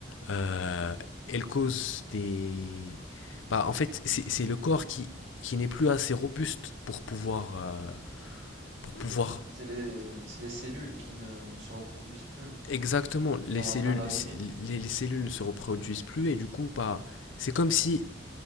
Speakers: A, on the left; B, on the right.
A: euh, elle cause des. Bah, en fait, c'est c'est le corps qui, qui n'est plus assez robuste pour pouvoir, euh, pour pouvoir.
B: C'est les c'est les cellules qui ne ne se reproduisent plus.
A: Exactement,
B: qui
A: les
B: ont
A: cellules,
B: atteint la limite.
A: les, les cellules ne se reproduisent plus et du coup, bah, c'est comme si.